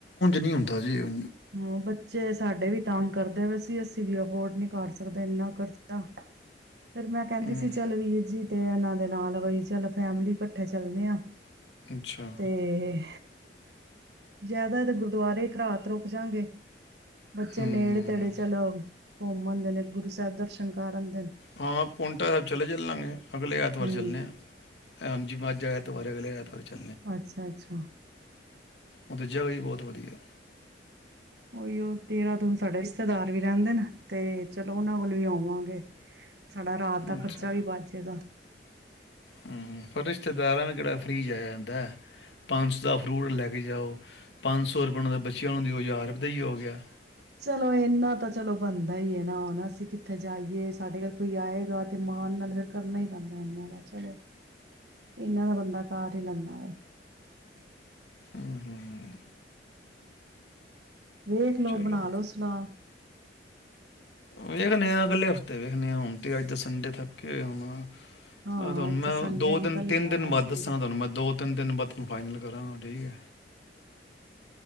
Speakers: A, on the left; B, on the right.
A: ਨੀ ਹੁੰਦਾ ਜੇ ਉ
B: ਹਾਂ ਬੱਚੇ ਸਾਡੇ ਵੀ ਤੰਗ ਕਰਦੇ ਪਏ ਅਸੀ ਵੀ ਅਫੋਰਡ ਨੀ ਕਰ ਸਕਦਾ ਇੰਨਾ ਖਰਚਾ। ਫਿਰ ਮੈਂ ਕਹਿੰਦੀ
A: ਹੂੰ
B: ਸੀ ਚਲ ਵੀਰ ਜੀ ਤੇ ਇਹਨਾਂ ਦੇ ਨਾਲ ਬਈ ਚੱਲ ਫੈਮਲੀ ਇਕੱਠੇ ਚੱਲਨੇ ਆ।
A: ਅੱਛਾ
B: ਤੇ ਜ਼ਿਆਦਾ ਤੇ ਗੁਰਦੁਆਰੇ ਇਕ ਰਾਤ ਰੁਕ ਜਾਗੇ। ਬੱਚੇ
A: ਹੂੰ
B: ਨੇੜੇ ਤੇੜੇ ਚਲਓ ਘੁੰਮਣ ਦੇ ਨੇ ਗੁਰੂ ਸਾਹਿਬ ਦਰਸ਼ਨ ਕਰਨ
A: ਹਾਂ ਪੳਟਾ ਸਾਹਿਬ ਚਲੇ ਚੱਲਣਾਂਗੇ ਅਗਲੇ ਐਤਵਾਰ
B: ਹੂੰ।
A: ਚੱਲਦੇ ਹਾਂ। ਹਾਂਜੀ ਮਾਝਾ ਐਤਵਾਰ ਅਗਲੇ ਐਤਵਾਰ ਵਾਰ ਚ
B: ਅੱਛਾ ਅੱਛਾ
A: ਉਹ ਤਾਂ ਜਗ੍ਹਾ ਹੀ ਬਹੁਤ ਵਧੀਆ
B: ਉਹੀ ਉਹ ਦੇਹਰਾਦੂਨ ਸਾਡੇ ਰਿਸ਼ਤੇਦਾਰ ਵੀ ਰਹਿੰਦੇ ਨੇ ਤੇ ਚਲੋ ਉਹਨਾਂ ਕੋਲ ਵੀ ਹੋਆਵਾਂਗੇ। ਸਾਡਾ ਰਾਤ ਦਾ ਖਰਚਾ
A: ਅੱਛਾ
B: ਵੀ ਬੱਚ ਜੇਗਾ।
A: ਹੂੰ ਪਰ ਰਿਸ਼ਤੇਦਾਰਾਂ ਨੂੰ ਕਿਹੜਾ ਫ੍ਰਰੀ ਜਾਇਆ ਜਾਂਦਾ। ਪੰਜ ਸੋ ਦਾ ਫਰੂਟ ਲੈ ਕੇ ਜਾਓ। ਪੰਜ ਸੌ ਰੁਪਏ ਉਹਨਾਂ ਦਾ ਬੱਚਿਆਂ ਨੂੰ ਦਿਓ ਹਜ਼ਾਰੁਪਏ ਦਾ ਹੀ ਹੋ ਗਿਆ।
B: ਚਲੋ ਇੰਨਾ ਤਾਂ ਚਲੋ ਬੰਦਾ ਬਦਾ ਨਾ ਨਾ ਅਸੀਂ ਕਿੱਥੇ ਜਾਈਏ ਸਾਡੇ ਘਰ ਕੋਈ ਆਏਗਾ ਤੇ ਮਾਣ ਨਾਲ ਫਿਰ ਕਰਨਾ ਹੀ ਪੈਂਦਾ ਇਹਨਾਂ ਦਾ ਚਲੋ ਇਹਨਾਂ ਦਾ ਬੰਦਾ ਕਾਰ ਹੀ ਲੈਂਂਦਾ
A: ਹੂੰ ਹੂੰ ਹੂੰ
B: ਵੇਖ ਲੋ
A: ਚਲੋ
B: ਬਣਾ ਲਓ ਸਲਾਹ
A: ਵੇਖ ਦੇ ਆ ਅਗਲੇ ਹਫ਼ਤੇ ਅਤੇ ਵੇਖਣੀ ਹੁਮ ' ਅੱਜ ਦ ਸੰਡੇ ਥ ਕੇ ਹੁਣ ਆਹ
B: ਹਾਂ
A: ਤੁਹਾਨੂੰ
B: ਅੱਜ
A: ਮੈਂ
B: ਤਾਂ ਸੰਡੇ
A: ਦੋ
B: ਨਿਕਲ
A: ਦਿਨ ਤਿੰਨ
B: ਹੀ ਗਿਆ
A: ਦਿਨ
B: ਵੈਸੇ
A: ਬਾਅਦ ਦੱਸਾਂ
B: ਵੀ।
A: ਤੁਹਾਨੂੰ ਮੈਂ ਦੋ ਤਿੰਨ ਦਿਨ ਬਾਅਦ ਤੁਹਾਨੂੰ ਫਾਈਨਲ ਕਰਨ ਡੇ